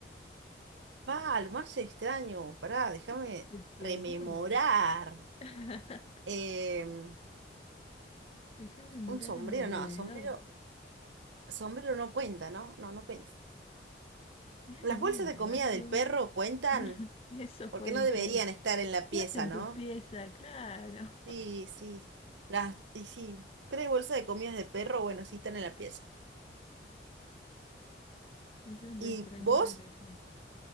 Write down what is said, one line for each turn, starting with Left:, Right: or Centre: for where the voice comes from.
Right: Ah, lo más extraño, pará, déjame
Left: ¿Qué se te
Right: rememorar.
Left: ocurre? <laughs>
Right: Em,
Left: Déjame mirar
Right: un sombrero,
Left: a mi alrededor.
Right: no, sombrero, sombrero no cuenta, ¿no? No, no cuenta.
Left: Y algo
Right: ¿Las
Left: medio
Right: bolsas de
Left: raro.
Right: comida del perro cuentan?
Left: No, <laughs> eso
Right: Porque
Left: puede
Right: no deberían
Left: ser.
Right: estar en la pieza,
Left: ¿Qué hace en
Right: ¿no?
Left: tu pieza? Claro.
Right: Sí, sí. Las, y sí, tres bolsas de comidas de perro, bueno, sí están en la pieza.
Left: Eso es lo
Right: ¿Y
Left: extraño
Right: vos?
Left: de la pieza.